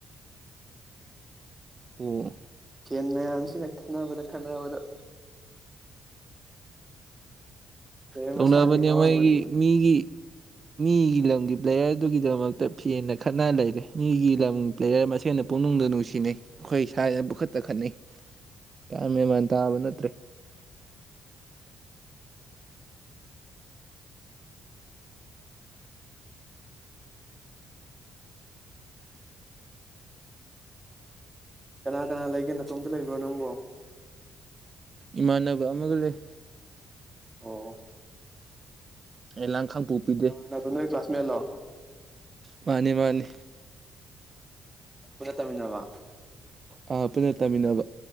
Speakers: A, on the right; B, on the right.
A: ꯑꯣ
B: ꯐꯦꯟ ꯃꯌꯥꯝꯁꯤꯅ ꯈꯟꯅꯕꯗ ꯈꯠꯅꯕꯗ ꯄ꯭ꯂꯦꯌꯔ
A: ꯇꯧꯅꯕꯅꯦ
B: ꯃꯁꯥꯗꯤ ꯉꯥꯎꯔꯝꯃꯅꯤ
A: ꯃꯣꯏꯒꯤ ꯃꯤꯒꯤ ꯃꯤꯒꯤ ꯂꯝꯒꯤ ꯄ꯭ꯂꯦꯌꯔꯗꯨꯒꯤꯗꯃꯛꯇ ꯐꯦꯟꯅ ꯈꯠꯅ ꯂꯩꯔꯦ ꯃꯤꯒꯤ ꯂꯝ ꯄ꯭ꯂꯦꯌꯔ ꯃꯁꯦꯟꯅ ꯄꯨꯛꯅꯨꯡꯗ ꯅꯨꯡꯁꯤꯅꯩ ꯑꯩꯈꯣꯏ ꯏꯁꯥꯅ ꯄꯨꯈꯠ ꯇꯥ ꯈꯠꯅꯩ꯫ ꯒ꯭ꯌꯥꯟ ꯃꯦꯃꯥꯟ ꯇꯥꯕ ꯅꯠꯇ꯭ꯔꯦ
B: ꯀꯅꯥ ꯀꯅꯥ ꯂꯩꯒꯦ ꯅꯇꯣꯝꯇ ꯂꯩꯕ꯭ꯔꯣ ꯅꯪꯕꯣ꯫
A: ꯏꯃꯥꯟꯅꯕ ꯑꯃꯒꯥ ꯂꯩ꯫
B: ꯑꯣ
A: ꯑꯩ ꯂꯥꯡꯈꯥꯡꯄꯣꯛꯄꯤꯗꯦ
B: ꯅ ꯅꯣꯏ ꯀ꯭ꯂꯥꯁꯃꯦꯠꯂꯣ
A: ꯃꯥꯅꯤ ꯃꯥꯅꯤ
B: ꯄꯨꯟꯅ ꯇꯥꯝꯃꯤꯟꯅꯕ
A: ꯑ ꯄꯨꯟꯅ ꯇꯥꯃꯤꯟꯅꯕ